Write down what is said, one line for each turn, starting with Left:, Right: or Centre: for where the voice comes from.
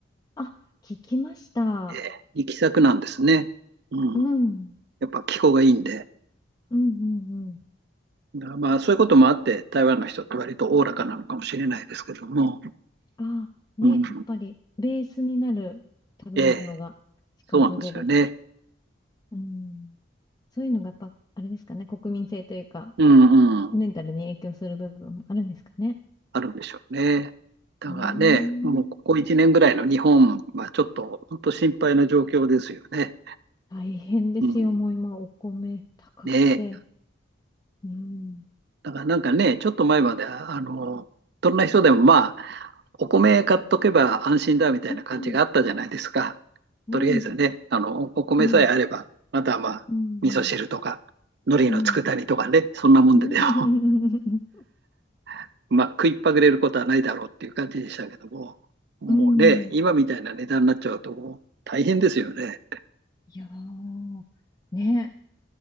Left: あ、聞きました。
Right: ええ行き先なんですね。うん。
Left: うん、うん、
Right: やっぱ気候がいいんで。
Left: うん、うん。
Right: だからまあそういうこともあって、台湾の人って割とおおらかなのかもしれないですけども。
Left: ああ、
Right: うん。
Left: ね、やっぱりベースになる食べ物がしっかり取れる。
Right: ええ、そうなんですよね。
Left: うん。そういうのがやっぱ、あれですかね、国民性というか、
Right: うんうん。
Left: メンタルに影響する部分もあるんですかね。
Right: あるんでしょうね。だからね、
Left: うーん。
Right: もうここ1年ぐらいの日本はちょっと本当心配な状況ですよね。
Left: 大変ですよ、
Right: うん。
Left: もう今、お米高くて。
Right: ねえ
Left: うん。
Right: だからなんかね、ちょっと前までは、あの、どんな人でもまあ、お米買っとけば安心だみたいな感じがあったじゃないですか。
Left: うん。うん。
Right: とりあえずね、あの、お米さえあれば、
Left: うん。
Right: あとはまあ、
Left: うん。
Right: 味噌汁とか、海苔の佃煮とかね、
Left: うん。
Right: そんなもんででも、
Left: <laughs> うん。
Right: <laughs> まあ、食いっぱぐれることはないだろうっていう感じでしたけども、もうね、
Left: うん
Right: 今みたいな値段になっちゃうと、もう大変ですよね。
Left: いやー、ね、